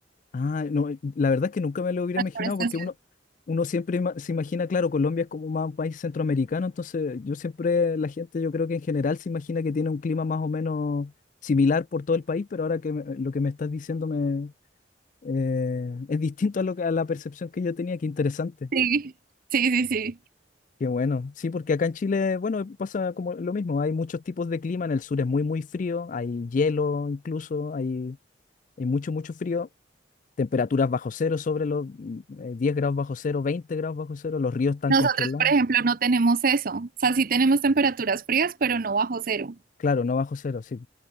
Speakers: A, on the left (about 45°); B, on the right (about 50°).
A: Ah, no, eh, la verdad es que nunca me lo hubiera
B: Las
A: imaginado
B: forestaciones,
A: porque uno, uno siempre ima- se imagina, claro, Colombia es como más un país centroamericano, entonces yo siempre, la gente yo creo que en general se imagina que tiene un clima más o menos similar por todo el país, pero ahora que me- lo que me estás diciendo me, eh, es distinto a, lo, que- a la percepción que yo tenía, qué interesante,
B: Sí, sí, sí, sí.
A: qué bueno. Sí, porque acá en Chile, bueno, pasa como lo mismo, hay muchos tipos de clima, en el sur es muy, muy frío, hay hielo incluso, hay, hay mucho, mucho frío. temperaturas bajo cero, sobre los eh, 10 grados bajo cero, 20 grados bajo cero, los ríos están
B: Nosotros,
A: congelados.
B: por ejemplo, no tenemos eso. O sea, sí tenemos temperaturas frías, pero no bajo cero.
A: Claro, no bajo cero, sí.